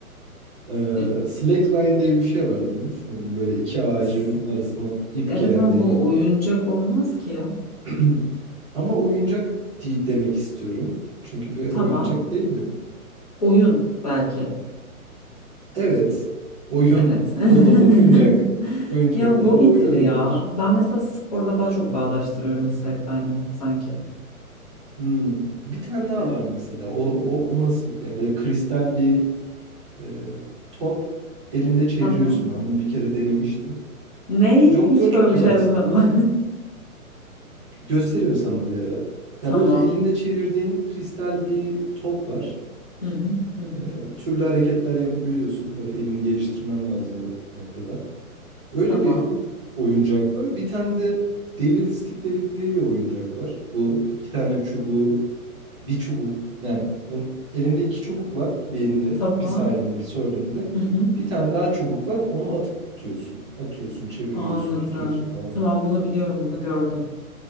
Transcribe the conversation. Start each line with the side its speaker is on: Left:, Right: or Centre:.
Right: Ee,
Left: E,
Right: slackline diye bir şey var duymuş muydun? Böyle iki ağacın
Left: s-
Right: arasına ip
Left: evet
Right: gerdiğin.
Left: ama bu oyuncak olmaz ki ya.
Right: <clears throat> Ama oyuncak değil demek istiyorum. Çünkü bir
Left: Tamam.
Right: oyuncak değil mi?
Left: Oyun belki.
Right: Evet. Oyun.
Left: Evet. <laughs>
Right: <laughs> O da oyuncak. Oyuncaklarla
Left: Ya hobidir
Right: oyun oynanır.
Left: ya. Ben mesela sporla daha çok bağdaştırıyorum slackline'ı sanki.
Right: Hmm. Bir tane daha
Left: Evet.
Right: var mesela. O, o, o nasıl? Ya böyle kristal bir e, top elinde çeviriyorsun.
Left: Tamam.
Right: Ben bunu bir kere denemiştim.
Left: Ney?
Right: Jonglörlük
Left: Hiç böyle
Right: gibi
Left: bir şey
Right: aslında.
Left: duymadım.
Right: Gösteririm sana bir ara.
Left: <laughs> Tamam.
Right: Ya böyle elinde çevirdiğin kristal bir top var.
Left: Hı hı, hı hı.
Right: Ee, türlü hareketler yapabiliyorsun. Böyle elini geliştirmen lazım o noktada. Öyle
Left: Tamam.
Right: bir oyuncak var. Bir tane de Devil Stick dedikleri bir oyuncak var. Bu iki tane çubuğu, bir çubuk yani ön- elinde iki çubuk var. Bir elinde,
Left: Tamam.
Right: bir sağ elinde, bir sol elinde.
Left: Hı hı.
Right: Bir tane daha çubuk var. Onu atıp tutuyorsun. Atıyorsun, çeviriyorsun,
Left: Anladım.
Right: tutuyorsun falan.
Left: Tamam bunu biliyorum, bunu gördüm.